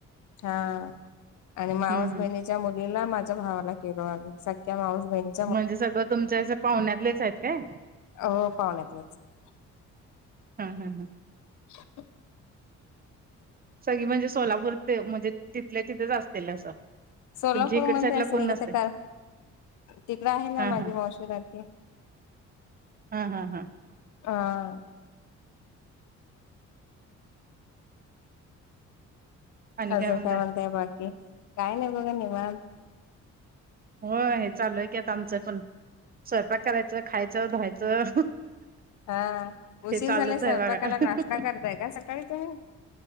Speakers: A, on the left (about 75°); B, on the right (about 30°).
A: हां <inaudible> आणि मावंस
B: हम्
A: बहिणी मुलीला माझ्या भावाला केलो आहे संख्या मावस बहीणीला
B: म्हणजे सगळं तुमच्या असं पाहुण्यातलेच आहेत कायं
A: अहो पाहण्यातलेच आहे
B: हां हां
A: ह <unintelligible>
B: सगळी म्हणजे सोलापूर ते म्हणजे तिथल्या तिथेच असतील असं
A: सोलापूरमंध्ये
B: तुमच्या इकड साईडला
A: असं
B: कोण
A: नाही
B: नसते
A: किथ कां तिकड आहे नां
B: हा
A: माझी
B: हा
A: मावशी रहाते
B: हां हां हां
A: हां
B: आणि
A: अजून
B: काय म्हणताय
A: कायं म्हणता बाकी कायं नाहीं बघा निवांत
B: होय चालूं आहे की आमचं पणं स्वयंपाक करायचं खायचं धुवायचं
A: हा उशीर
B: हे चालूच
A: झाले कायं स्वयंपाकाला
B: आहे बघा
A: नाश्ता करताय कां सकाळी तुम्ही